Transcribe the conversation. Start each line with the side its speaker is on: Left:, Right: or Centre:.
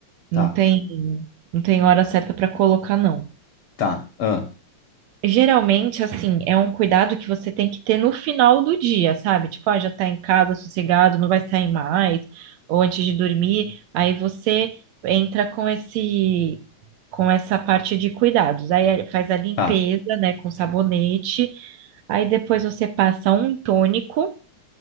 Right: Não
Left: Tá,
Right: tem, não tem hora certa para colocar, não.
Left: tá, ah,
Right: Geralmente, assim, é um cuidado que você tem que ter no final do dia, sabe? Tipo, ah, já tá em casa, sossegado, não vai sair mais, ou antes de dormir, aí você entra com esse, com essa parte de cuidados. Aí é, faz a limpeza,
Left: tá,
Right: né, com sabonete, aí depois você passa um tônico.